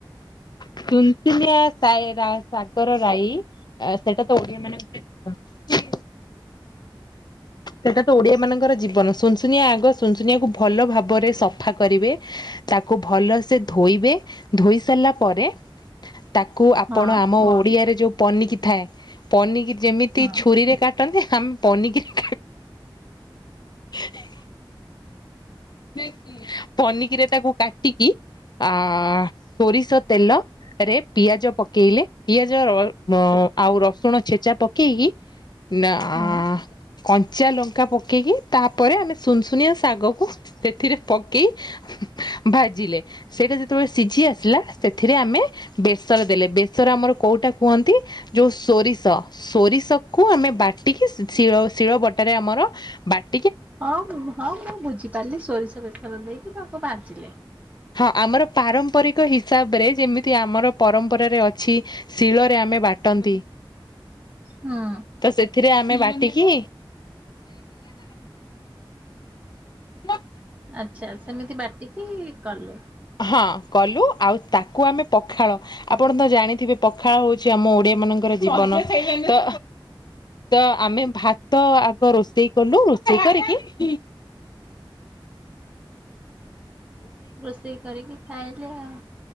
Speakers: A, on the left (about 50°); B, on the right (about 15°).
A: ଶୁନଶୁନିଆ ଶାଏ ରାଗ ଶାଗର ରାଇ। ଆ ସେଇଟା ତ ଓଡିଆ ମାନେ <unintelligible> ସେଟା ତ ଓଡିଆ ମାନଙ୍କର ଜୀବନ ସୁନସୁନିଆ ଆଗ ସୁନସୁନିଆକୁ ଭଲ ଭାବରେ ସଫା କରିବେ ତାକୁ ଭଲସେ ଧୋଇବେ ଧୋଇ ସାରିଲା ପରେ ତାକୁ ଆପଣ
B: ହଁ
A: ଆମ ଓଡ଼ିଆରେ ଯୋଉ ପନିକି ଥାଏ ପନିକି ଯେମିତି
B: ହଁ
A: ଛୁରୀରେ କା <unintelligible> ହାମ୍ ପନିକିରେ <inaudible> <unintelligible> ପନିକିରେ ତାକୁ କାଟିକି ଆ ସୋରିଷ ତେଲ ରେ ପିଆଜ ପକେଇଲେ ପିଆଜ ଅ ଆଉ ରସୁଣ ଛେଚା ପକେଇକି ନା
B: ହଁ
A: ଆ କଞ୍ଚା ଲଙ୍କା ପକେଇକି ତାପରେ ଆମେ ସୁନସୁନିଆ ଶାଗକୁ ସେଥିରେ ପକେଇ ଭାଜିଲେ ସେଇଟା ଯେତେବେଳେ ସିଝି ଆସିଲା ସେଥିରେ ଆମେ ବେସର ଦେଲେ ବେସର ଆମର କୋଉଟା କୁହନ୍ତି ଯୋଉ ସୋରିଷ ସୋରିଷକୁ ଆମେ ବାଟିକି ଶ ଶିଳ ଶିଳ ବଟାରେ ଆମର ବାଟି
B: ହଁ ହଁ ମୁଁ ବୁଝିପାରିଲି। ସୋରିଷ ବେସର ଦେଇେଇକି ତାଙ୍କୁ ବାଜିଲେ।
A: ହଁ ଆମର ପାରମ୍ପରିକ ହିସାବରେ ଯେମିତି ଆମର ପରମ୍ପରାରେ ଅଛି ଶିଳରେ ଆମେ ବାଟନ୍ତି
B: ହୁଁ
A: ତ ସେଥିରେ ଆମେ ବାଟିକି ନା
B: ଆଛା ସେମିତି ବାଟିକି କଲେ।
A: ହଁ କଲୁ ଆଉ ତାକୁ ଆମେ ପଖାଳ ଆପଣ ତ ଜାଣିଥିବେ ପଖାଳ ହଉଛି ଆମ ଓଡିଆ ମାନଙ୍କର ଜୀବନ ତ ତ ଆମେ ଭାତ ଆଗ ରୋଷେଇ କଲୁ ରୋଷେଇ କରିକି
B: ରୋଷେଇ କରିକି ଖାଇଲେ ଆଉ